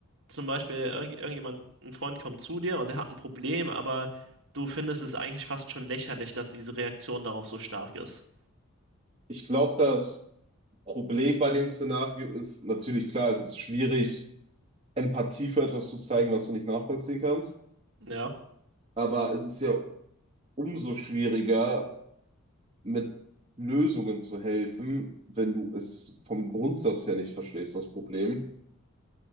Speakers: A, on the right; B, on the right.
A: zum Beispiel irg irgendjemand, ein Freund kommt zu dir und der hat ein Problem, aber du findest es eigentlich fast schon lächerlich, dass diese Reaktion darauf so stark ist.
B: Ich glaube, das Problem bei dem Szenario ist natürlich klar, es ist schwierig, Empathie für etwas zu zeigen, was du nicht nachvollziehen kannst,
A: Ja,
B: aber es ist ja umso schwieriger, mit Lösungen zu helfen, wenn du es vom Grundsatz her nicht verstehst, das Problem.